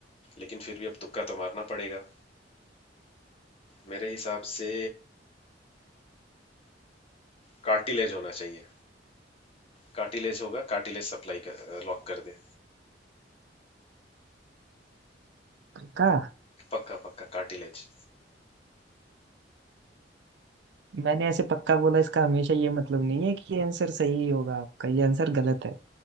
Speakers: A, on the left (about 35°); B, on the right (about 70°).
A: लेकिन फिर भी अब तुक्का तो मारना पड़ेगा मेरे हिसाब से कार्टिलेज होना चाहिए कार्टिलेज होगा कार्टिलेज सप्लाई कर लॉक कर दे
B: पक्का
A: पक्का पक्का कार्टिलेज
B: मैंने ऐसे पक्का बोला इसका हमेशा ये मतलब नहीं है कि ये आंसर सही होगा आपका ये आंसर गलत है